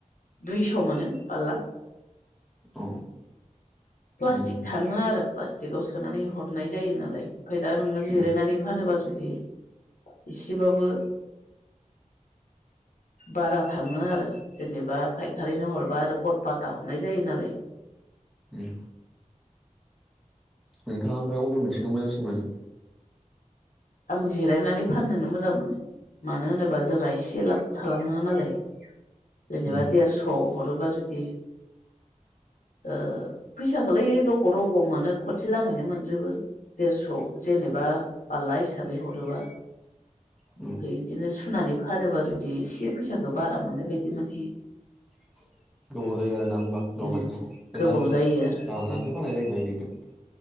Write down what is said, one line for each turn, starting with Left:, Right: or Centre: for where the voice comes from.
Left: दुइस' मोनो पाल्ला
Centre: औ
Left: प्लास्टिक
Centre: उम
Left: थाङो आरो प्लास्टिकआव सोनानै हर गुनाय जायो नालाय ओमफाय दा नोङो जिरायनानै
Centre: उम
Left: फानोबा जुदि एसेबाबो बारा थाङो आरो जेनेबा फायखारिनो हरबा आरो ग पाटा हमनाय जायो नालाय
Centre: ओम नोंथाङा ओमफ्राय अबे मोनसेखौ मोजांसिन मोनो?
Left: आं जिरायनानै फाननोनो मोजां मोनो मानो होनोबा जोंहा एसे लाब थालाङो नालाय जेनेबा
Centre: उम
Left: देरस' हरोबा जुदि
Centre: <inaudible>
Left: ओ फैसाखोलाय रग' रग' मोनो खनसे लागैनो मोनजोबो। देरस' जेनेबा पाल्ला हिसाबै हरोबा ओमफाय
Centre: उम
Left: बिदिनो सुनानै फानोबा जुदि एसे फैसाखो बारा मोननाय बायदि मोनहैयो।
Centre: <inaudible> गोबाव जायो आरो ना होमबा जावबाय
Left: उम
Centre: थानाय जेनेबा
Left: गोबाव जायो आरो
Centre: जाग्रानोसो
Left: उम
Centre: फाननाय जायो ना बेखौ?